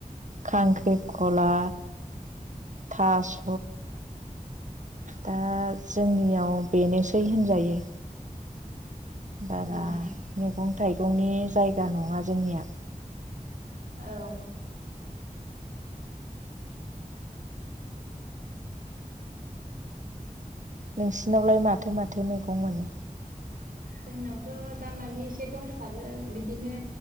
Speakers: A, on the right; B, on the right.
A: खांख्रिखला थास' दा जोंनियाव बेनोसै होनजायो बारा
B: ओं
A: मैगं थाइगंनि जायगा नङा जोंनिया
B: औ
A: नोंसिनावलाय माथो माथो मैगं मोनो
B: <unintelligible> जोंनावथ' दाामाने एसे दंसाबो बिदिनो